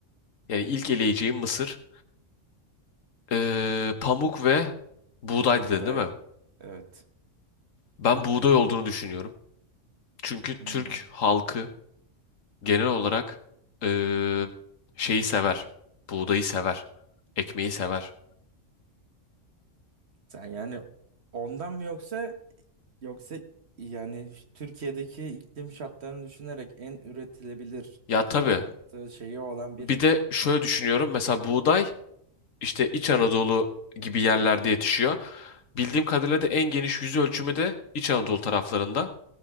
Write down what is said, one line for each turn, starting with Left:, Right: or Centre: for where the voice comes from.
Left: Yani ilk eleyeceğim mısır eee, pamuk ve buğday
Right: Buğday.
Left: dedin değil mi?
Right: Evet.
Left: Ben buğday olduğunu düşünüyorum. Çünkü
Right: Hmm.
Left: Türk halkı genel olarak eee, şeyi sever. Buğdayı sever. Ekmeği sever.
Right: Sen yani ondan mı yoksa yoksa yani Türkiye'deki iklim şartlarını düşünerek en üretilebilir
Left: Ya
Right: ithalatı
Left: tabii.
Right: şeyi olan bir
Left: Bir de şöyle düşünüyorum. Mesela buğday işte İç Anadolu gibi yerlerde
Right: hı hı,
Left: yetişiyor. Bildiğim kadarıyla da en geniş yüz ölçümü de İç Anadolu taraflarında.